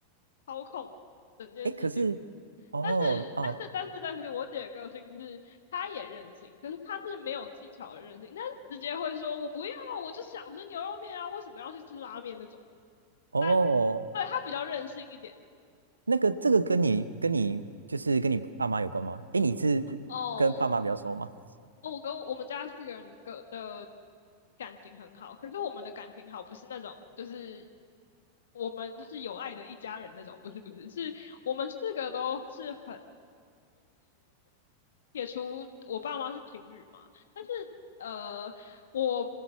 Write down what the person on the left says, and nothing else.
操控整件事情。
但是但是但是但是，我姐的个性是她也任性，可是她是没有技巧的任性，她是直接会说我不要啊，我就想吃牛肉面啊，为什么要去吃拉面那种？
但对她比较任性一点。
哦，
哦，我跟我们家四个人的个的感情很好，可是我们的感情好不是那种，就是我们是有爱的一家人那种，不是不是，是我们四个都是很撇除我爸妈是情侣嘛，但是呃，我